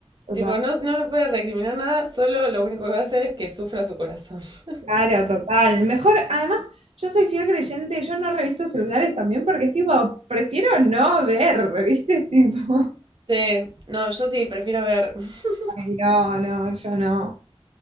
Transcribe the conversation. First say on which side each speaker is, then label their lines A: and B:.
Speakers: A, on the right; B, on the right.
A: total.
B: tipo, no, no me puede recriminar nada, solo lo único que va a hacer es que sufra su corazón. <laughs>
A: Claro, total. Mejor, además, yo soy fiel creyente y yo no reviso celulares también porque es tipo, prefiero no ver, <laughs> ¿viste? Es tipo, <laughs>
B: Sí, no, yo sí, prefiero ver. <laughs>
A: ay, no, no, yo no.